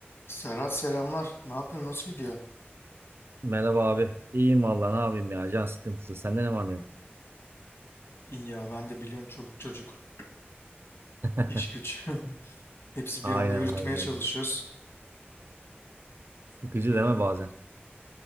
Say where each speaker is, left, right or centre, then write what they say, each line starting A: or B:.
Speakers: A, on the left; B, on the right.
A: Serhat selamlar. Ne yapıyorsun? Nasıl gidiyor?
B: Merhaba abi. İyiyim vallahi ne yapayım ya. Can sıkıntısı. Sende ne var ne yok?
A: İyi ya ben de biliyorsun çoluk çocuk,
B: <laughs>
A: iş güç. <laughs> Hepsi
B: Aynen
A: bir anda yürütmeye
B: aynen. aynen.
A: çalışıyoruz.
B: Sıkıcı
A: Öyle.
B: deme bazen.